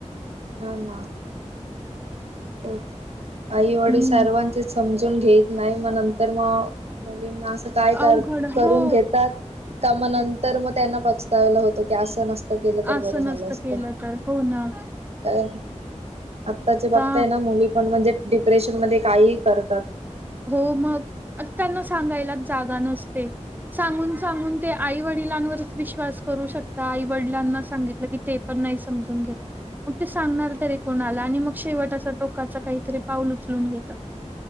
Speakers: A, on the right; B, on the right.
A: ह ना तेच, आईवडील
B: हं.
A: सर्वांचे समजून घेत नाही, मग नंतर मग मुलींना असं काय कर
B: अवघड हो,
A: करून घेतात का मग नंतर मग त्यांना पचतायला होतं की असं नस त गेलं तर
B: असं
A: बरं झालं
B: नसतं
A: असतं,
B: केलं तर. हो ना.
A: काय आत्ताचे
B: आता
A: बघताय ना मुली पण म्हणजे डिप्रेशन मध्ये काही करतात.
B: हो, मग अ, त्यांना सांगायलाच जागा नसते सांगून सांगून
A: हा
B: ते आई वडिलांवर विश्वास करू शकता आई वडलांना सांगितलं की ते पण नाही समजून घेत सांगणार तरी कोणाला आणि मग शेवट अस टोकाचं काहीतरी पाऊल उचलून घेत